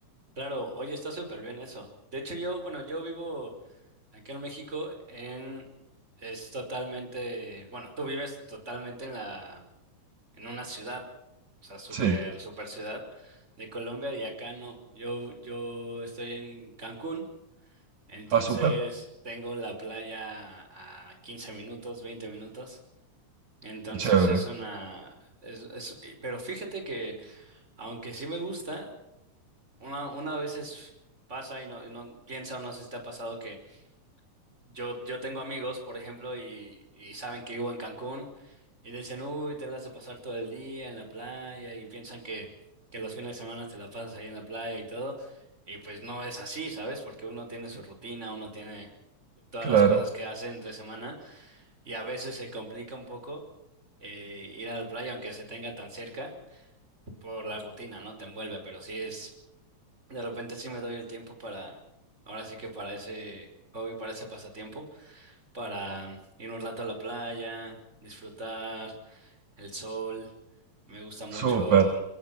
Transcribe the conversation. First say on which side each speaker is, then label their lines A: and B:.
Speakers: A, on the right; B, on the right.
A: claro, oye, está súper bien eso. De hecho, yo, bueno, yo vivo aquí en México en, es totalmente, bueno, tú vives totalmente en la en una ciudad, o sea, súper,
B: Sí,
A: súper ciudad de Colombia y acá no. Yo, yo estoy en Cancún, entonces
B: ah, súper,
A: tengo la playa a 15 minutos, 20 minutos. Entonces
B: qué chévere,
A: es una, es, es- y- pero fíjate que aunque sí me gusta, una, una veces pasa y no, y no piensa o no sé si te ha pasado que yo, yo tengo amigos, por ejemplo, y, y saben que vivo en Cancún Y dicen, uy, te la hace pasar todo el día en la playa y piensan que, que los fines de semana te la pasas ahí en la playa y todo. Y pues no es así, ¿sabes? Porque uno tiene su rutina, uno tiene todas
B: claro.
A: las cosas que hace entre semana y a veces se complica un poco eh, ir a la playa, aunque se tenga tan cerca, por la rutina, ¿no? Te envuelve, pero sí es, de repente sí me doy el tiempo para, ahora sí que para ese hobby, para ese pasatiempo, para mm, ir un rato a la playa, disfrutar el sol, me gusta mucho,
B: Súper.